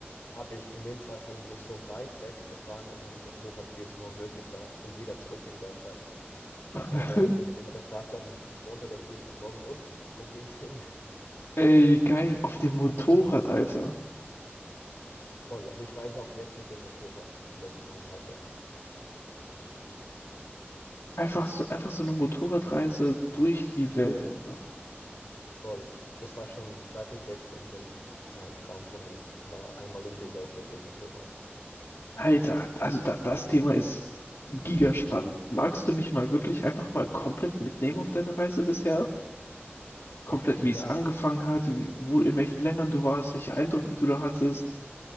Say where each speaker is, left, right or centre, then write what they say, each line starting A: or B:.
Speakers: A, on the left; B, on the left.
A: habe ich in den zwei Tagen bin ich so weit weggefahren mit meinem Motorrad, wie es nur möglich war, und wieder zurück in der Zeit.
B: <laughs>
A: Und da haben die dann immer gefragt am Montag oder Dienstagmorgen, und wo ging's hin? <laughs>
B: Ey, geil, auf dem Motorrad, Alter.
A: Voll. Also ich reise auch jetzt mit dem Motorrad die letzten eineinhalb Jahre.
B: Einfach so, einfach so eine Motorradreise durch die Welt einfach.
A: Voll. Das war schon, seit ich 16 bin, ein Traum von mir. War einmal um die Welt mit dem Motorrad.
B: Alter, also da, das Thema ist gigaspannend. Magst du mich mal wirklich einfach mal komplett mitnehmen auf deine Reise bisher? Komplett,
A: Uff,
B: wie
A: ja,
B: es angefangen hat, wie, wo, in welchen Ländern du warst, welche Eindrücke du da hattest.